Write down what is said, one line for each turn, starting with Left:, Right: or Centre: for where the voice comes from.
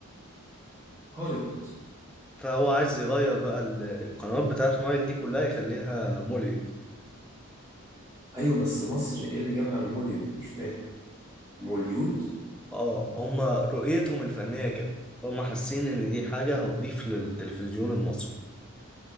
Right: هوليوود
Centre: فهو عايز يغير بقى ال- القنوات بتاعت نايل دي كلها يخليها موليود
Right: ايوه بس مصر ايه اللي جابها الموليود مش فاهم موليود
Centre: اه هما رؤيتهم الفنية كده هما حاسين ان دي حاجة هتضيف للتلفزيون المصري